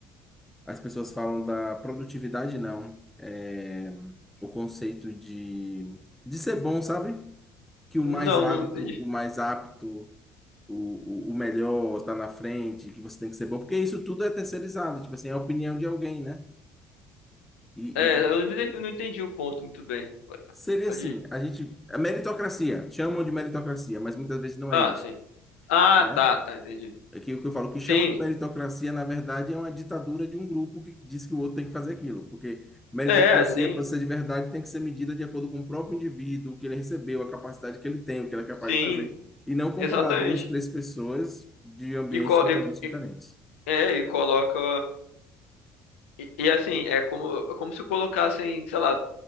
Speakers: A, in the centre; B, on the left.
A: As pessoas falam da produtividade, não. É o conceito de, de ser bom, sabe? Que o
B: Não,
A: mais hábito,
B: não entendi.
A: o mais apto, o, o, o melhor tá na frente, que você tem que ser bom. Porque isso tudo é terceirizado, tipo assim, é a opinião de alguém, né? E,
B: É,
A: e
B: eu não entendi não entendi o ponto muito bem.
A: seria
B: Pode.
A: assim, a gente... A meritocracia, chamam de meritocracia, mas muitas vezes não
B: Ah,
A: é isso.
B: sim. Ah,
A: né?
B: tá, tá, entendi.
A: É que o que eu falo, o que chama
B: Sim.
A: de meritocracia, na verdade, é uma ditadura de um grupo que diz que o outro tem que fazer aquilo. Porque meritocracia,
B: É, sim.
A: para ser de verdade, tem que ser medida de acordo com o próprio indivíduo, o que ele recebeu, a capacidade que ele tem, o que ele é capaz
B: Sim,
A: de fazer. E não comparar
B: exatamente.
A: duas, três pessoas de ambientes
B: E, co-
A: totalmente
B: e-
A: diferentes.
B: é, e coloca E, e, assim, é como, é como se colocassem, sei lá,